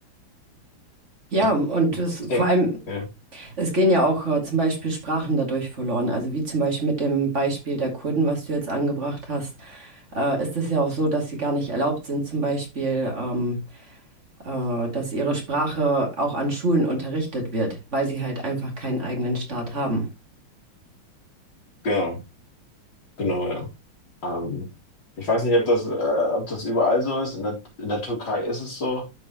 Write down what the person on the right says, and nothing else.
Ja,
und es,
vor
allem,
es gehen ja auch äh, zum Beispiel Sprachen dadurch verloren. Also wie zum Beispiel mit dem Beispiel der Kurden, was du jetzt angebracht hast, äh, ist es ja auch so, dass sie gar nicht erlaubt sind, zum Beispiel ähm, äh, dass ihre Sprache auch an Schulen unterrichtet wird, weil sie halt einfach keinen eigenen Staat haben.